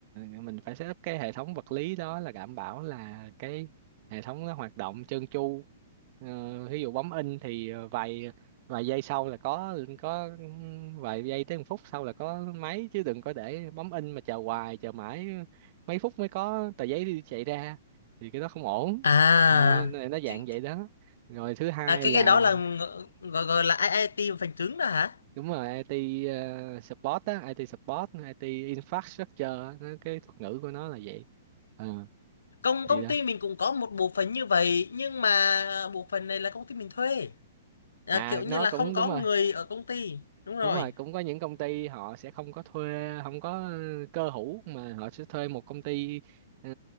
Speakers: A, on the right; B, on the left.
A: ờ, mình phải setup cái hệ thống vật lý đó là đảm bảo là cái hệ thống nó hoạt động trơn tru Ờ, ví dụ bấm in thì ờ, vài vài giây sau là có có vài giây tới một phút sau là có máy chứ đừng có để bấm in mà chờ hoài chờ mãi mấy phút mới có tờ giấy đi chạy ra thì cái đó không ổn
B: à
A: đó, nó nó dạng
B: Thì-
A: vậy đó rồi thứ hai
B: à cái
A: là
B: cái đó là ng- gọi gọi là IT phần cứng đó hả
A: đúng rồi IT ờ, support á IT support IT infrastructure á, nó- cái thuật ngữ của nó là vậy Ờ,
B: công
A: thì
B: công
A: đó
B: ty mình cũng có một bộ phận như vậy nhưng mà bộ phận này là công ty mình thuê à,
A: à
B: kiểu như
A: nó
B: là
A: cũng
B: không có
A: đúng rồi
B: người ở công ty đúng rồi
A: Đúng rồi, cũng có những công ty họ sẽ không có thuê, không có cơ hữu mà họ sẽ thuê một công ty ờ,